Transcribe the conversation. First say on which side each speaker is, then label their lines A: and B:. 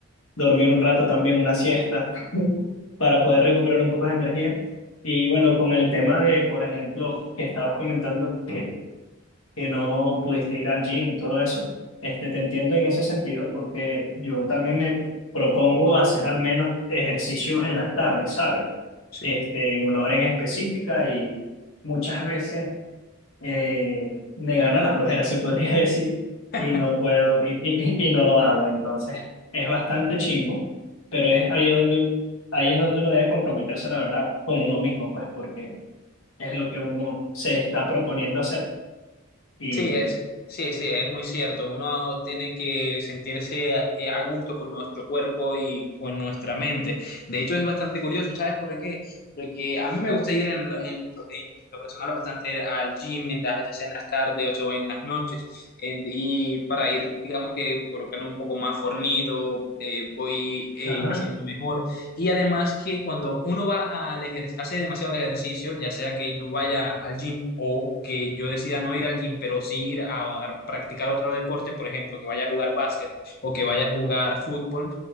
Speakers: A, on the left (about 70°); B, on the left (about 45°).
A: dormir un rato también, una siesta para poder recuperar un poco de energía. Y bueno, con el tema de, por ejemplo, que estabas comentando que, que no pudiste ir al gym y todo eso, este, te entiendo en ese sentido porque yo también me propongo hacer al menos ejercicio en las tardes, ¿sabes?
B: Sí.
A: Este, en una hora en específica y muchas veces eh, me gana la flojera, se podría <laughs> decir,
B: <laughs>
A: y no puedo, y, y- y no lo hago. Entonces, es bastante chimbo, pero es ahí donde, ahí es donde uno debe comprometerse, la verdad, con uno mismo, pues, porque es lo que uno se está proponiendo hacer. Y,
B: Sí, es, sí, sí, es muy cierto. Uno tiene que sentirse a, eh, a gusto con nuestro cuerpo y con nuestra mente. De hecho, es bastante curioso, ¿sabes por qué? Porque a mí me gusta ir en, lo- en, en lo personal bastante al gym, en las, ya sea en las tardes o en las noches, en- y para ir, digamos que colocando un poco más fornido, eh, voy eh,
A: ajá,
B: y me siento mejor. Y además que cuando uno va al ejercicio, hace demasiado ejercicio, ya sea que yo vaya al gym o que yo decida no ir al gym, pero sí ir a, a practicar otro deporte, por ejemplo, que vaya a jugar básquet o que vaya a jugar fútbol,